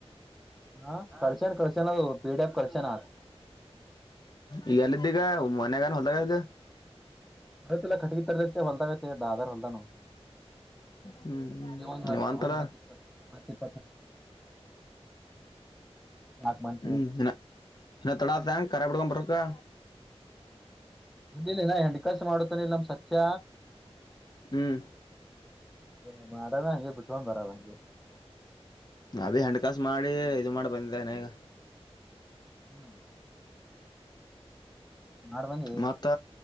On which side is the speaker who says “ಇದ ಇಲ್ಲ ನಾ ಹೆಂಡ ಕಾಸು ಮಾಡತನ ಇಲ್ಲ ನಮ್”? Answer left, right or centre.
Centre